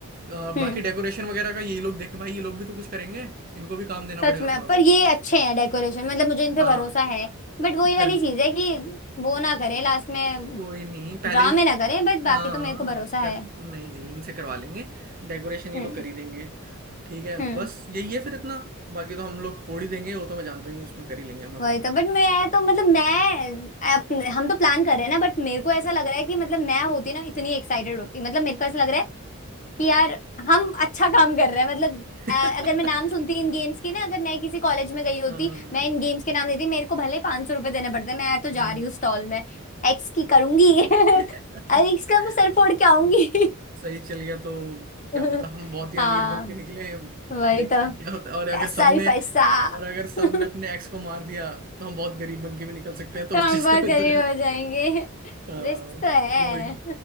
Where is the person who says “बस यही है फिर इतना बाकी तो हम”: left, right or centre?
Right